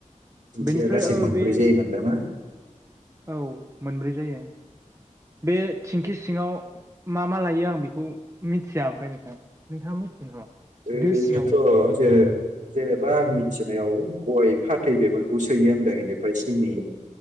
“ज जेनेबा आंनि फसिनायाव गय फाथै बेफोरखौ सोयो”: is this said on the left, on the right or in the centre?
Right